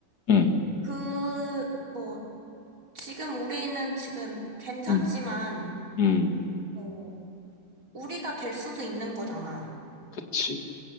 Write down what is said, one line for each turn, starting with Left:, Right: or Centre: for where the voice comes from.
Left: 음,
Right: 그, 뭐, 지금 우리는 지금 괜찮지만,
Left: 음, 음.
Right: 어, 우리가 될 수도 있는 거잖아.
Left: 그치.